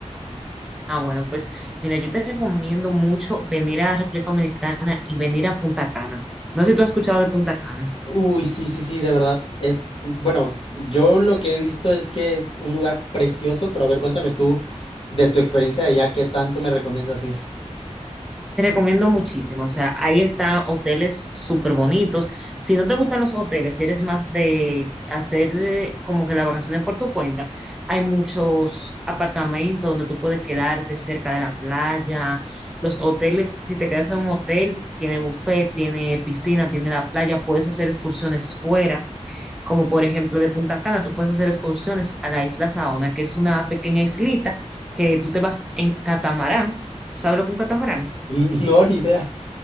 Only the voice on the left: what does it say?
Uy, sí, sí, sí, de verdad. Es, bueno, yo lo que he visto es que es un lugar precioso, pero a ver, cuéntame tú de tu experiencia de allá, ¿qué tanto me recomiendas ir?
<laughs> No, ni idea.